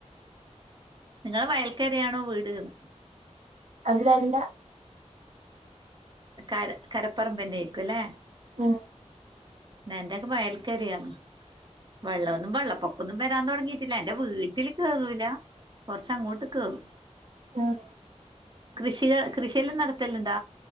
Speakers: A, on the right; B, on the right.
A: നിങ്ങളെ വയൽക്കരയാണോ വീട്ന്ന്
B: അല്ല അല്ല
A: കര കരപ്പറമ്പ്ന്നൊയിരിക്കും ല്ലേ
B: ഉം
A: എന്റെൊക്കെ വയൽക്കറയാണ് വെള്ളമൊന്നും വെള്ളപ്പൊക്കൊന്നും വരാൻ തുടങ്ങിയിട്ടില്ല എന്റെ വീട്ടില് കേറൂല കുറച്ച അങ്ങോട്ട് കേറും
B: ആണോ
A: കൃഷികൾ കൃഷിയെല്ലാം നടത്തലുണ്ടാ